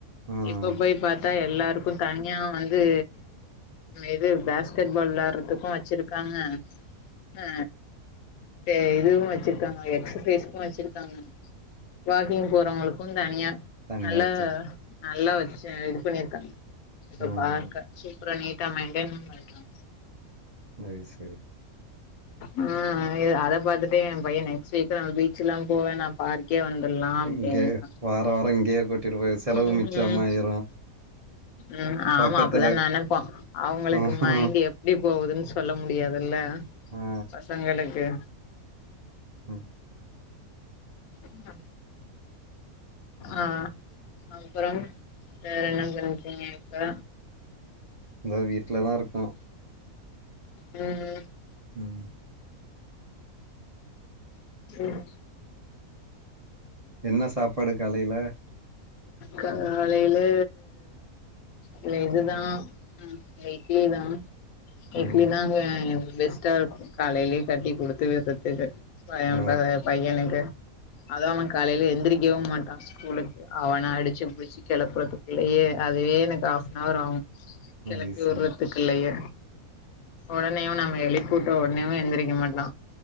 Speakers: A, on the right; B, on the left.
A: ம்
B: இப்ப போய் பாத்தா எல்லாருக்கு தனியா வந்து இது பேஸ்கெட் பால் விளையாடுறதுக்கு வச்சிருக்காங்க ஆ தா இதுவு வெச்சிருக்காங்க எக்சசைஸ்க்கு வெச்சிருக்காங்க வாக்கிங் போறவங்களுக்கு தனியா
A: தனியா
B: நல்லா
A: வச்சிரு
B: நல்லா வச்சு இது பண்ணிருக்காங்க இப்ப
A: ம்
B: பாக்க அப்றோ நீட்டா மெயின்டெயி பன்றாங்க
A: சேரி சேரி
B: ம் அதை அதப் பாத்துட்டு ஏ பையே நெக்ஸ்ட் வீக்லா நா பீச்லா போவேனாம் பார்க்கே வந்தர்லா அப்டின்டா
A: இங்கே வார வார இங்கேயே கூட்டிட்டு போய் செலவு
B: ம்
A: மிச்சமாயிரு
B: ம் ம் ஆமா
A: பக்கத்துல
B: அப்டிதா
A: இருக்
B: நெனப்போ அவங்களுக்கு
A: ம்
B: மைன்ட் எப் டி போகுதுன்னு சொல்ல முடியாதுல்ல
A: ஆ
B: பசங்களுக்கு
A: ம்
B: ம் ஆ அப்புறம் வேற என்ன பன்றீங்க இப்ப
A: இந்தா வீட்லதா இருக்கோ
B: ம்
A: ம்
B: ம்
A: என்ன சாப்பாடு காலைல
B: காலைல இல்ல இதுதா இட்லிதா இட்லிதாங்க
A: ம்
B: பெஸ் காலையே கட்டி குடுத்து விட்றதுக்கு பயம்
A: ஆ
B: பைய பையனுக்கு அது அவன் காலைல எந்திரிக்கவு மாட்டா ஸ்கூலுக் அவன அடிச்சு புடிச்சி கெளப்புறதுக்குள்ளயே அதுவே எனக்கு ஆஃப்னவர் ஆகு கெளப்பி
A: அது சரி
B: உட்றத்துக்குள்ளையே உடனேயு நாம எழுப் கூப்ட ஒடனேயு எந்திரிக்க மாட்டா